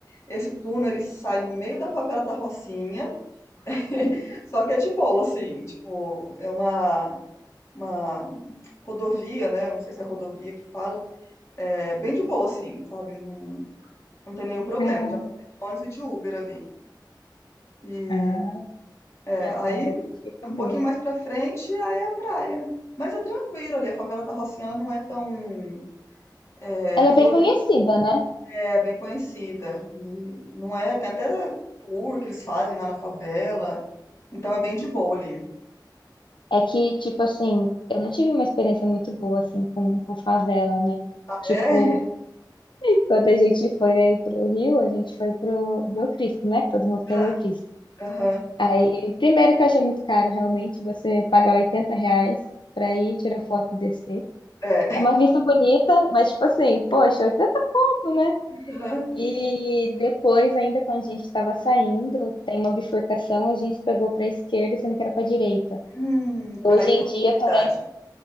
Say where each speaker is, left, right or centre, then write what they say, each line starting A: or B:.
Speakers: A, on the left; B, on the left.
A: Esse túnel ele sai no meio da favela da Rocinha, <laughs> só que é de boa, assim, tipo, é uma, uma rodovia, né? Não sei se é rodovia que fala, é bem de boa, assim, sabe? Não- Não tem nenhum problema,
B: Caraca.
A: eu já passei de ônibus e de Uber ali. E
B: Ah,
A: é,
B: e agora?
A: aí,
B: Fiquei com
A: um
B: medo.
A: pouquinho mais pra frente, aí é a praia. Mas é tranquilo ali, a favela da Rocinha ela não é tão é,
B: Ela
A: violenta,
B: é bem conhecida, né?
A: é bem conhecida. E não é, tem até tour que eles fazem lá na favela, então é bem de boa ali.
B: É que, tipo assim, eu não tive uma experiência muito boa, assim, com, com favela, né? Tipo,
A: É,
B: <laughs> quando a gente foi aí pro Rio, a gente foi pro ver o Cristo, né? Que Todo mundo quer
A: <laughs>
B: ver o Cristo.
A: aham,
B: Aí, primeiro que eu achei muito caro, realmente, você pagar 80 reais pra ir tirar foto e descer.
A: é.
B: É uma vista bonita, mas tipo assim, poxa, 80 conto, né?
A: aham.
B: E depois, ainda quando a gente estava saindo, tem uma bifurcação, a gente pegou para a esquerda, sendo que era para a direita.
A: Hum,
B: Hoje
A: caiu
B: em
A: na
B: dia
A: comunidade.
B: parece,